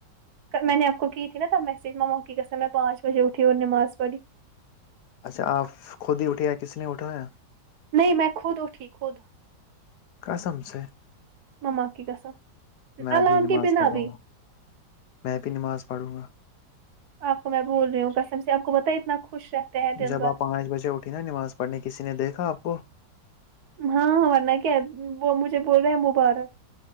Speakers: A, on the right; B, on the left.
A: میں نے آپ کو کی تھی نا تب میں سج موکی کا س میں پانچ بجے اٹھی اور نماز پڑھی
B: اچھا آپ خود ہی اٹھے یا کسی نے اٹھا یا
A: نہیں میں خود اٹھی خود
B: قسم سے
A: مما کیی گسم
B: میں
A: علام
B: بھی نماز
A: کی بنا
B: پڑھوں
A: بھی
B: گا میں بھی نماز پڑھوں گا
A: آپ کو میں بول رہی ہوں کسم سے آپ کو بت اتنا خوش رہتا ہے دن
B: جب
A: بھر
B: آپ پانچ بجےٹ اٹھی نا نماز پڑھنے کسی نے دیکھا آپ کو
A: ہاں ہاں ورنہ کیا ہے وہ مجھے بول رہے ہیں مبارک